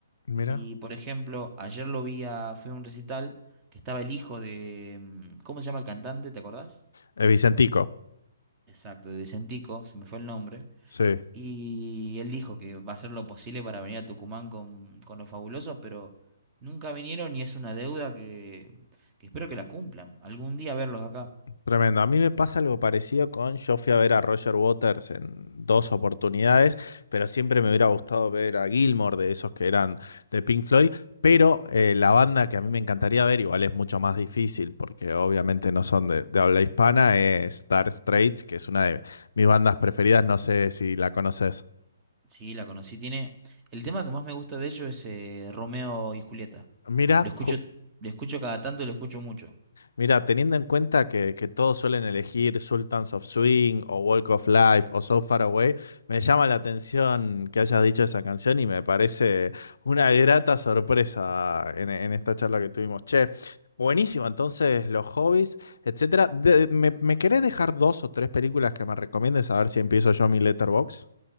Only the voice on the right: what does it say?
Y, por ejemplo, ayer lo vi a, fui a un recital que estaba el hijo de, mm, ¿cómo se llama el cantante? ¿Te acordás?
Exacto, de Vicentico, se me fue el nombre.
Y él dijo que va a hacer lo posible para venir a Tucumán con, con los fabulosos, pero nunca vinieron y es una deuda que, que espero que la cumplan. Algún día verlos acá.
Sí, la conocí. Tiene. El tema que más me gusta de ellos es eh, Romeo y Julieta.
Lo escucho, lo escucho cada tanto y lo escucho mucho.